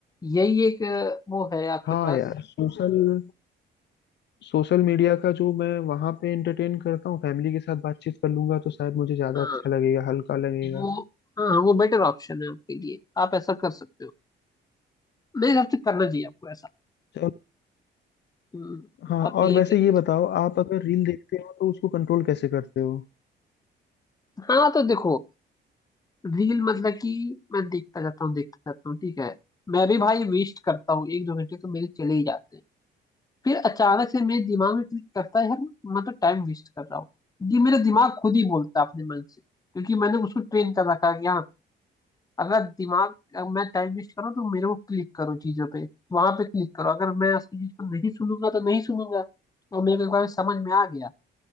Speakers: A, on the left; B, on the left.
A: यही एक अ, वो है आपके
B: हाँ
A: पास
B: यार सोशल सोशल मीडिया का जो मैं वहां पे एंटरटेन करता हूँ फैमिली के साथ बातचीत कर लूंगा तो शायद मुझे ज्यादा
A: हाँ
B: अच्छा लगेगा हल्का लगेगा
A: वो हाँ वो बेटर ऑप्शन है आपके लिए आप ऐसा कर सकते हो मेरे हिसाब से करना चाहिए आपको ऐसा
B: चलो
A: हम्म,
B: हाँ
A: आप ये
B: और वैसे
A: करिए
B: ये बताओ आप अगर रील देखते हो तो उसको कंट्रोल कैसे करते हो
A: हाँ तो देखो रील मतलब कि मैं देखता जाता हूँ देखता जाता हूँ ठीक है मैं भी भाई वेस्ट करता हूँ एक दो घंटे तो मेरे चले ही जाते हैं फिर अचानक से मेरे दिमाग में क्लिक करता है यार मैं तो टाइम वेस्ट कर रहा हूँ ये मेरा दिमाग खुद ही बोलता है अपने मन से क्योंकि मैंने उसको ट्रेन कर रखा है कि हाँ अगर दिमाग अगर मैं टाइम वेस्ट करूँ तो मेरे को क्लिक करो चीजों पे वहां पे क्लिक करो अगर मैं उस चीज को नहीं सुनूंगा तो नहीं सुनूंगा और मेरे को एक बार समझ में आ गया